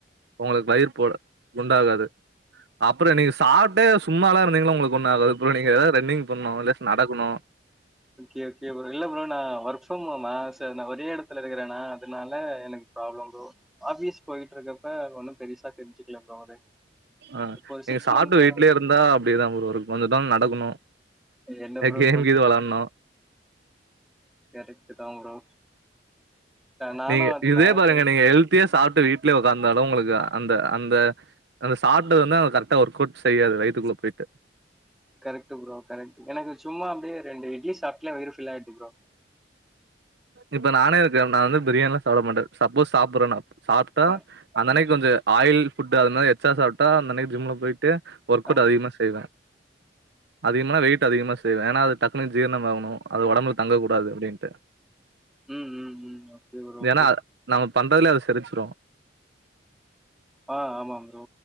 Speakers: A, on the right; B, in the centre.
A: உங்களுக்கு வயிர் போட குண்டாகாது அப்புறோ நீங்க சாப்டே சு சும்மால்ல இருந்தீங்கன உங்களுக் ஒன்னா அதாவது ஃபுல்லா நீங்க எதாவது ரன்னிங் பண்ணு இல்லாட்டி நடக்குணு
B: ஓகே ஓகே ப்ரோ இல்ல ப்ரோ நா ஒர்க் ஃப்ரம் ஹோமா சார் நா ஒரே இடத்துல இருக்குறனா அதுனால எனக்கு ப்ராப்ளம் ப்ரோ ஆபீஸ் போயிட்டு இருக்கப்ப ஒண்ணு பெருசா தெரிஞ்சுக்கல ப்ரோ அது
A: ஆஹ்
B: இப்போ ஒரு
A: நீங்க
B: சிக்ஸ்
A: சாப்பிட்டு
B: மந்த்தா
A: வீட்லய இருந்தா அப்டிதா ப்ரோ இருக்கோ கொஞ்ச தொல நடக்கணு நோ
B: என்ன
A: அ
B: ப்ரோ
A: கேம் கீது வெளாணு
B: கரெக்ட்டு தா ப்ரோ நானும்
A: நீங்க
B: அது
A: இதே
B: நான்
A: பாருங்க
B: ட்ரை
A: நீங்க ஹெல்த்தியா சாப்.. ட்டு வீட்ல உக்காந்தாலும் உங்களுக்கு அந்த அந்த அந்த சாப்டது வந்து கரெக்டா ஒர்க் அவுட் செய்யாது வய்த்துக்குள்ள போயிட்டு
B: கரெக்ட்டு ப்ரோ கரெக்ட்டு எனக்கு சும்மா அப்டியே ரெண்டு இட்லி சாப்.. இல்ல வயிறு ஃபுல் ஆயிடுது ப்ரோ...
A: இப்ப நானே இருக்கே நா வந்து பிரியாணி எல்லாம் சாப்ட மாட்ட சப்போஸ் சாப்புறன்னா சாப்ட்டா
B: அ
A: அன்னனைக்கு வந்து ஆயில் ஃபுட் அது மாறி எக்ஸ்ட்ரா சாப்ட அன்னனைக்கு ஜிம் ல போய் ட்டு ஒர்க் அவுட்
B: அ
A: அதிகமா செய்வ... அதிகமான வெயிட் அதிகமா செய்வ ஏன்னா அது டக்குனு ஜீர்ணம் ஆவணும் அது உடம்புல தங்கக்க கூடாது அப்டின்ட்டு
B: ம் ம் ம் ஓகே ப்ரோ ஓகே
A: ஏன்னா அது நம்ம பண்றதுலயே அது செரிச்சிரும்
B: ஆ ஆமா ப்ரோ